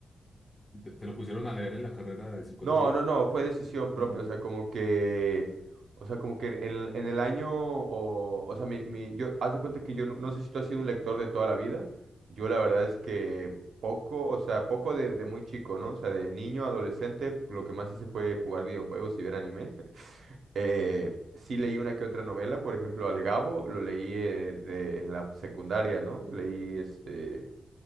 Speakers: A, on the left; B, on the right.
A: ¿Te, te lo pusieron a leer en la carrera de psicología?
B: No, no, no, fue decisión propia,
A: No.
B: o sea, como que, o sea, como que en el, en el año, o, o sea, mi, mi, yo, haz de cuenta que yo, no, no sé si tú has sido un lector de toda la vida, yo la verdad es que poco, o sea, poco de, de muy chico, ¿no? O sea, de niño, adolescente, lo que más hice fue jugar videojuegos y ver anime. <laughs> Eh, sí leí una que otra novela, por ejemplo, Al Gabo, lo leí eh, de, en la secundaria, ¿no? Leí este...